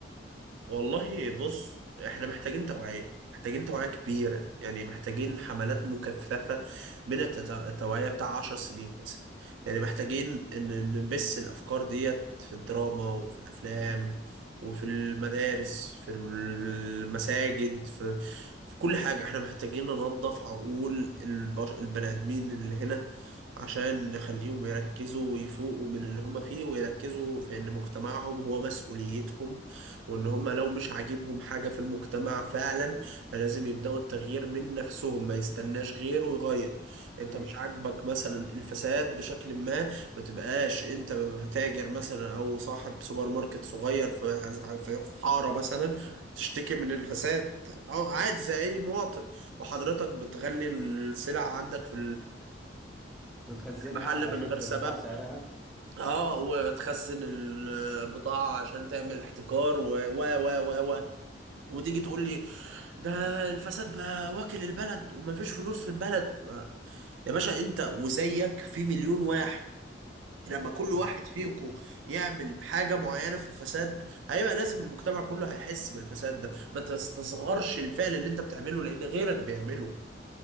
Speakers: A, on the right; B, in the centre.
A: والله بص احنا محتاجين توعية محتاجين توعية كبيرة يعني محتاجين حملات مكثفة من التت- التوعية بتاع عشر سنين مثلا يعني محتاجين ان نبث الأفكار ديت في الدراما وفي الأفلام وفي المدارس في المساجد في في كل حاجة احنا محتاجين ننظف عقول البش... البني آدمين اللي هنا عشان نخليهم يركزوا ويفوقوا من اللي هم فيه ويركزوا في ان مجتمعهم هو مسؤوليتهم وان هم لو مش عاجبهم حاجة في المجتمع فعلا فلازم يبدأوا التغيير من نفسهم ما يستناش غيره يغير انت
B: ماشي
A: مش عاجبك مثلا الفساد بشكل ما ما تبقاش انت تاجر مثلا او صاحب سوبر ماركت صغير في في في حارة مثلا تشتكي من الفساد اه عادي زي اي مواطن وحضرتك بتغلي السلع عندك في
B: وتخزنها
A: المحل
B: عشان
A: من غير
B: ترفع
A: سبب
B: سعرها
A: اه وتخزن البضاعة عشان تعمل احتكار و و و و و وتيجي تقول لي ده الفساد بقى واكل البلد ومفيش فلوس في البلد يا باشا انت وزيك في مليون واحد لما كل
B: لو
A: واحد
B: ك-
A: فيكم يعمل حاجة معينة في الفساد هيبقى لازم المجتمع كله هيحس بالفساد ده ما تستصغرش الفعل اللي انت بتعمله لان غيرك بيعمله